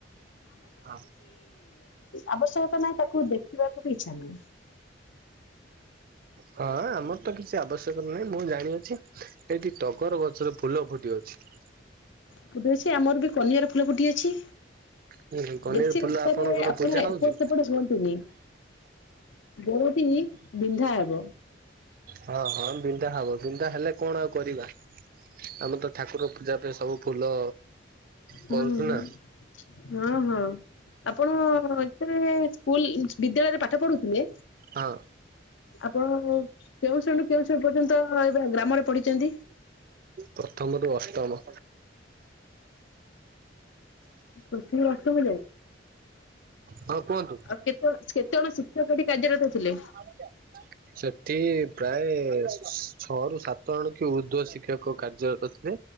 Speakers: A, on the right; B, on the left.
A: ହଁ।
B: ଆବଶ୍ୟକତା ନାହିଁ ତାକୁ ଦେଖିବାକୁ ବି ଇଚ୍ଛା ନାହିଁ।
A: ହଁ ହଁ ଆମର ତ କିଛି ଆବଶ୍ୟକ ନାହିଁ ମୁଁ ଜାଣିଅଛି ଏଇଠି ଟଗର ଗଛରେ ଫୁଲ ଫୁଟିଅଛି।
B: ଫୁଟି ଅଛି ଆମର ବି କନିଆର ଫୁଲ ଫୁଟିଅଛି।
A: ହୁଁ କନିଅର
B: ବେଶୀ
A: ଫୁଲ
B: ରାସ୍ତାରେ
A: ଆପଣଙ୍କର
B: ଆପଣ
A: ପୂଜା ହଉଛି?
B: ଏପଟ ସେପଟ ହୁଅନ୍ତୁନି ଦେହ ତି ତି ବିନ୍ଧା ହେବ।
A: ହଁ ହଁ ବିନ୍ ବିନ୍ଧା ହବ ବିନ୍ଧା ହେଲେ କଣ ଆଉ କରିବା ଆମେ ତ ଠାକୁର ପୂଜା ପାଇଁ ସବୁ ଫୁଲ କରୁଛୁ
B: ହୁଁ ହୁଁ
A: ନା
B: ହଁ ହଁ ଆପଣ ଯେତେବେଳେ ସ୍କୁଲ୍ ବିଦ୍ୟାଳୟରେ ପାଠ ପଢୁଥିଲେ
A: ହଁ।
B: ଆପଣ କେଉଁ ଶ୍ରେଣିରୁ କେଉଁ ଶ୍ରେଣି ପର୍ଯ୍ୟନ୍ତ ଏବଂ ଗ୍ରାମରେ ପଢିଚନ୍ତି?
A: ପ୍ରଥମରୁୁ ଅଷ୍ଟମ।
B: ପ୍ରଥମରୁୁ ଅଷ୍ଟମ ଯାଏଁ?
A: ହଁ କୁହନ୍ତୁ।
B: ଆଉ କେତେଅଣ-କେତେଜଣ ଶିକ୍ଷକ ଏଠି କାର୍ଯ୍ୟରତ ଥିଲେ?
A: ଆଛା ସେଠି ପ୍ରାୟେ ଛଅରୁ ସାତଜଣ କି ଉର୍ଦ୍ଧ୍ୱ ଶିକ୍ଷକ କାର୍ଯ୍ୟା ଇଏ